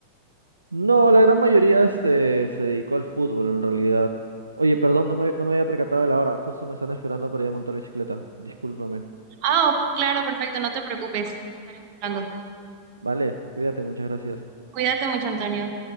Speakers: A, on the right; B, on the right.
A: No, la gran mayoría este, se dedicó al fútbol en realidad. Oye, perdón, no me, no me había percatado de la hora. Justo me están esperando para ir a montar bicicleta. Discúlpame.
B: Ah, claro, perfecto, no te preocupes. Estaremos hablando.
A: Vale, cuídate, muchas gracias.
B: Cuídate mucho, Antonio.